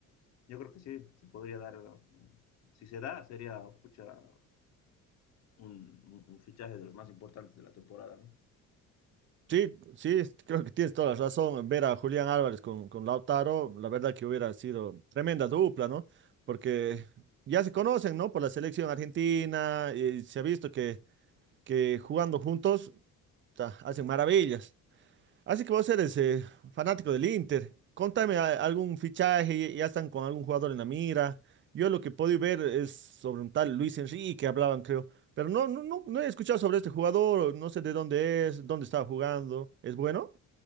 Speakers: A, on the left; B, on the right.
A: yo creo que sí, se podría dar. mm, Si se da, sería pucha, un, un- un fichaje de los más importantes de la temporada, ¿no?
B: Sí, sí, creo que tienes toda la razón. Ver a Julián Álvarez con, con Lautaro, la verdad que hubiera sido tremenda dupla, ¿no? Porque ya se conocen, ¿no? Por la selección argentina, y se ha visto que, que jugando juntos, ta, hacen maravillas. Así que vos eres eh, fanático del Inter. Contame a- algún fichaje, ya están con algún jugador en la mira. Yo lo que puedo ver es sobre un tal Luis Enrique, hablaban, creo. Pero no, no, no, no he escuchado sobre este jugador, no sé de dónde es, dónde estaba jugando. ¿Es bueno?